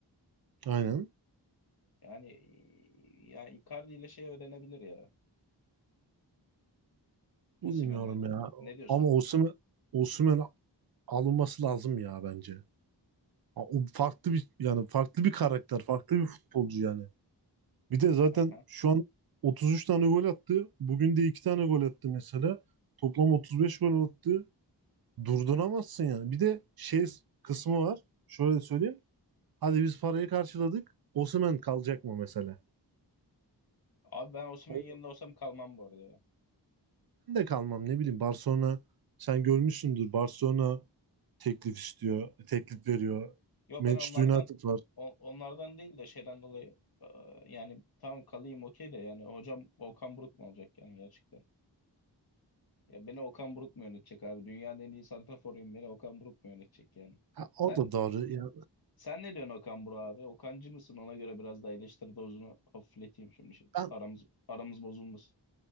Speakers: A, on the right (about 60°); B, on the left (about 55°).
A: aynen.
B: Yani ya Icardi ile şey öğrenebilir ya. Osimhen'e.
A: Bilmiyorum ya.
B: Ne diyorsun?
A: Ama Osimhen, Osimhen alınması lazım ya bence. Ha, O farklı bir yani farklı bir karakter, farklı bir futbolcu yani. Bir de zaten
B: Aha.
A: şu an 33 tane gol attı. Bugün de 2 tane gol attı mesela. Toplam 35 gol attı. Durduramazsın yani. Bir de şey kısmı var. Şöyle söyleyeyim. Hadi biz parayı karşıladık. Osimhen kalacak mı mesela?
B: Abi ben Osimhen'in
A: O
B: yerinde olsam kalmam bu arada ya.
A: ben de kalmam ne bileyim. Barcelona sen görmüşsündür. Barcelona teklif istiyor. Teklif veriyor.
B: Yo
A: Manchester
B: ben onlardan
A: United var.
B: o- onlardan değil de şeyden dolayı e, yani tamam kalayım okey de yani hocam Okan Buruk mu olacak yani gerçekten? Ya beni Okan Buruk mu yönetecek abi? Dünyanın en iyi santraforuyum. Beni Okan Buruk mu yönetecek yani?
A: Ha, o
B: Sen
A: da doğru. Ya,
B: sen ne diyorsun Okan Buruk abi? Okancı mısın? Ona göre biraz da eleştiri dozunu hafifleteyim şimdi. Şey-
A: ben
B: Aramız aramız bozulmasın.